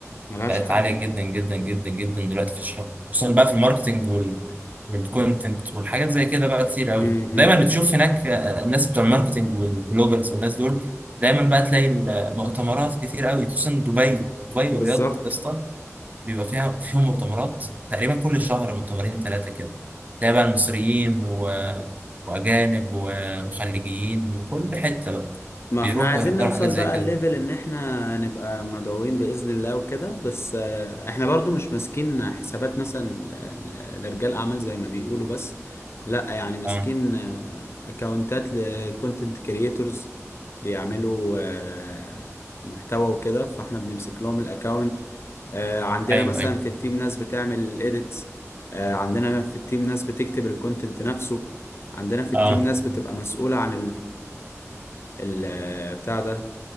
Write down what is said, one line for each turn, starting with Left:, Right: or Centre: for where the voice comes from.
Left: ملهاش
Right: بقت
Left: حل
Right: عاليه جدا جدا جدا جدا دلوقتي في الشغل خصوصا بقى في الماركتنج وال والكونتنت والحاجات زي كده بقى كتير قوي
Left: امم
Right: دايما بتشوف هناك آه، الناس بتوع الماركتنج والبلوجرز والناس دول دايما بقى تلاقي المؤتمرات كتير قوي خصوصا دبي دبي
Left: بالظبط
Right: والرياض اصلا بيبقى فيها فيهم مؤتمرات تقريبا كل شهر مؤتمرين ثلاثه كده تلاقي بقى المصريين و... واجانب و- وخليجيين من كل حته بقى
Left: ما
Right: بيروحوا
Left: احنا عايزين
Right: ويحضروا
Left: نوصل
Right: حاجات زي
Left: بقى
Right: كده
Left: الليفل ان احنا نبقى مدعوين بإذن الله وكده بس آه، احنا برضو مش ماسكين حسابات مثلا ل- ل- لرجال اعمال زي ما بيقولوا بس لا يعني ماسكين
Right: اه
Left: اكونتات لكونتنت كرييتورز بيعملوا آه، محتوى وكده فاحنا بنمسك لهم الاكونت عندنا
Right: ايوه
Left: مثلا
Right: ايوه
Left: في التيم ناس بتعمل الايديتس عندنا في التيم ناس بتكتب الكونتنت نفسه عندنا في التيم
Right: اه
Left: ناس بتبقى مسؤولة عن البتاع ده